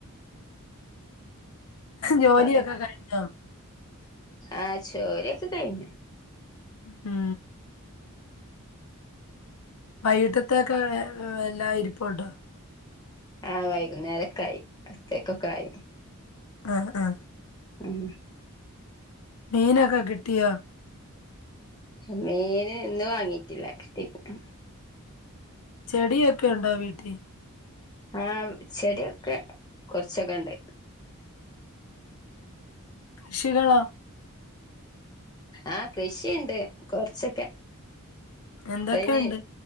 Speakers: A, on the left (about 85°); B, on the left (about 20°).
A: ജോലിയൊക്കെ
B: ഓലൊക്കെ
A: കഴിഞ്ഞോ?
B: ആഹ് ജോലിയൊക്കെ കഴിഞ്ഞു.
A: ഏഹ് വൈകീട്ടത്തേക്ക് എല്ലാ ഇരിപ്പുണ്ടൊ?
B: ആഹ് വൈകുന്നേരൊക്കായി, <unintelligible> ത്തേക്കൊക്കായി.
A: ആഹ് ആഹ്.
B: ഉം
A: മീനൊക്കെ കിട്ടിയോ?
B: മീന് ഇന്ന് വാങ്ങീട്ടില്ല <unintelligible>
A: ചെടിയൊക്കെയുണ്ടോ വീട്ടി?
B: ആഹ് ചെടിയൊക്കെ കൊർച്ചൊക്കെണ്ട്.
A: കൃഷികളാ.
B: ആഹ് കൃഷിണ്ട്, കൊർച്ചൊക്കെ.
A: എന്തൊക്കെയുണ്ട്?
B: ഇപ്പയ്ന്